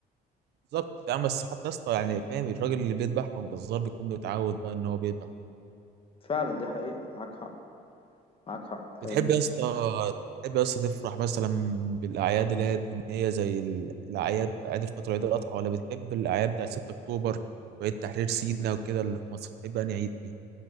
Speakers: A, on the right; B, on the left.
A: بالظبط يا عم بس حتى يا اسطى يعني فاهم الراجل اللي بيذبح او الجزار بيكون متعود بقى ان هو بيذبح
B: فعلا دي حقيقة معاك حق معاك حق
A: بتحب
B: ال...
A: يا اسطى بتحب يا اسطى تفرح مثلا بالاعياد اللي هي الدينيه زي ال- الاعياد عيد الفطر وعيد الاضحى ولا بتحب الاعياد بتاع 6 اكتوبر وعيد تحرير سيناء وكده اللي في مصر بتحب انهي عيد فيهم